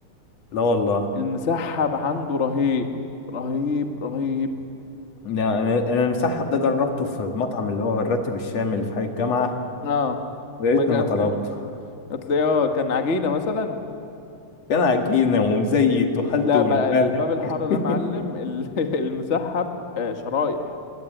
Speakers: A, on the left; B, on the left.
A: لا والله
B: المسحب عنده رهيب رهيب رهيب
A: لا، انا انا المسحب ده جربته في المطعم اللي هو الراتب الشامي اللي في حي الجامعه
B: اه
A: يا
B: ما
A: ريتني
B: كان-
A: ما
B: هتلاقيه
A: طلبته
B: ما كان- هتلاقيه اه كان عجينه مثلا
A: كان عجينة ومزيت وحالته
B: لا
A: والبلع
B: بقى اللي في باب الحاره
A: <laughs>
B: ده معلم ال- <laughs> المسحب آه، شرايح